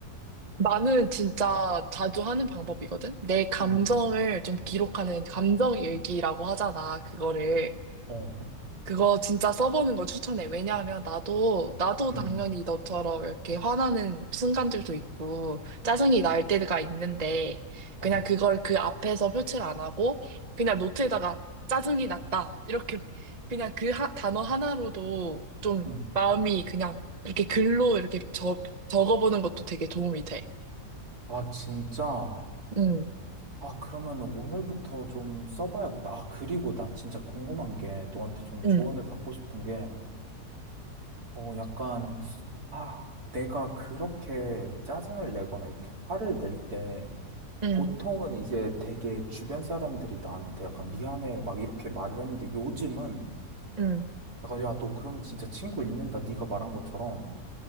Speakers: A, on the right (about 30°); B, on the right (about 70°).
A: 나는 진짜 자주 하는 방법이거든? 내 감정을
B: 응,
A: 좀 기록하는 감정 일기라고 하잖아, 그거를.
B: 어,
A: 그거 진짜 써보는 거 추천해. 왜냐하면 나도, 나도
B: 응,
A: 당연히 너처럼 이렇게 화나는 순간들도 있고, 짜증이 날 때가 있는데,
B: 어,
A: 그냥 그걸 그 앞에서 표출 안 하고, 그냥 노트에다가 짜증이 났다. 이렇게, 그냥 그 하- 단어 하나로도 좀
B: 응.
A: 마음이 그냥 이렇게 글로 이렇게 적, 적어보는 것도 되게 도움이 돼.
B: 아, 진짜.
A: 응,
B: 아, 그러면 오늘부터 좀 써봐야겠다. 아, 그리고 나 진짜 궁금한 게 너한테 좀 조언을
A: 응,
B: 받고 싶은 게, 어, 약간 아, 내가 그렇게 짜증을 내거나 이렇게 화를 낼 때,
A: 응,
B: 보통은 이제 되게 주변 사람들이 나한테 약간 미안해 막 이렇게 말을 했는데 요즘은
A: 응,
B: 약간 야, 너 그러면 진짜 친구 잃는다. 네가 말한 것처럼